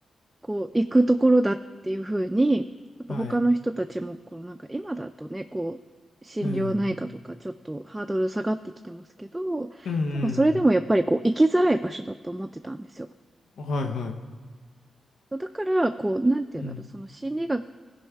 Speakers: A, on the right; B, on the left.
A: こう、行くところだっていうふうに、やっぱ他の人たちも、
B: はい、
A: このなんか今だとね、こう、心療内科とかちょっとハードル下がってきてますけど、
B: うん、うん、
A: でもそれでもやっぱりこう、行きづらい場所だと思ってたんですよ。
B: うんはい、はい。
A: そうだから、こう、なんていうんだろう、
B: うん。
A: その心理学